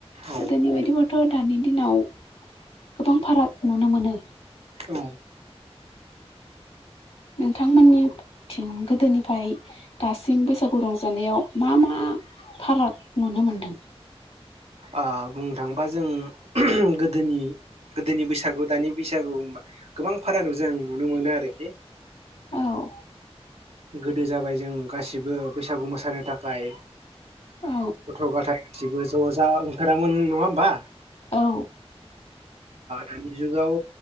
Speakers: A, on the right; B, on the left.
A: औ
B: गोदोनि बाय बिथिबथ' दानि दिनाव गोबां फाराग नुनो मोनो।
A: औ।
B: नोंथांमोननिथिं गोदोनिफाय दासिम बैसागु रंजानायाव मा मा फाराग नुनो मोनदों।
A: आ बुंनो थाङोबा जों गोदोनि गोदोनि बैसागु दानि बैसागु होनबा गोबां भारागखौ जों नुनो मोनो आरोखि
B: औ
A: गोदो जाबाय जों गासिबो बैसागु मोसानो थाखाय
B: औ
A: गथ' गथाय गासिबो ज'जा ओंखारामोन नङा होमबा?
B: औ।
A: दानि जुगाव